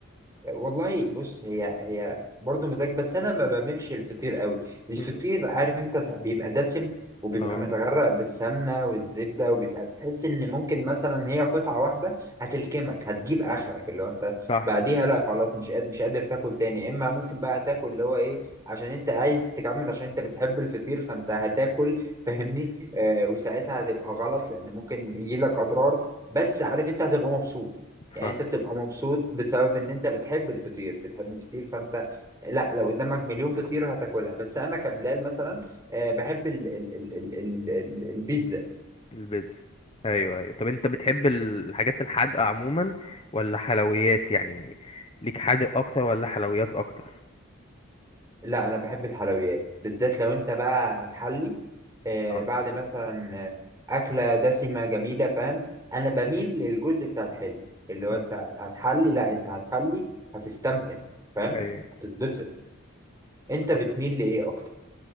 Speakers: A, on the right; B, on the left.
A: والله بص هي هي برضه مزاج بس انا ما بعملش الفطير قوي الفطير
B: مم.
A: عارف انت س- بيبقى دسم وبيبقى
B: اه
A: متغرق بالسمنه والزبده وبيبقى تحس ان ممكن مثلا هي قطعه واحده هتلكمك هتجيب اخرك اللي هو انت
B: صح
A: بعديها لا خلاص مش قادر مش قادر تاكل تاني اما ممكن بقى تاكل اللي هو ايه عشان انت عايز تكمل عشان انت بتحب الفطير فانت هتاكل فاهمني آه وساعتها هتبقى غلط لان ممكن يجيلك اضرار بس عارف انت هتبقى مبسوط يعني
B: صح
A: انت بتبقى مبسوط بسبب ان انت بتحب الفطير بتحب الفطير فانت لا لو قدامك مليون فطيرة هتاكلها بس انا كبلال مثلا آه، بحب ال ال ال ال ال ال البيتزا
B: البيتزا ايوه ايوه طب انت بتحب ال- الحاجات الحادقه عموما ولا حلويات يعني ليك حادق اكتر ولا حلويات اكتر
A: لا انا بحب الحلويات بالذات لو انت بقى هتحلي آه،
B: اه
A: بعد مثلا آه، اكلة دسمة جميلة فاهم انا بميل للجزء بتاع الحلو اللي هو
B: مم.
A: انت هتحلي لا انت هتحلي هتستمتع فاهم
B: ايوه
A: هتتبسط انت
B: طب
A: بتميل لايه اكتر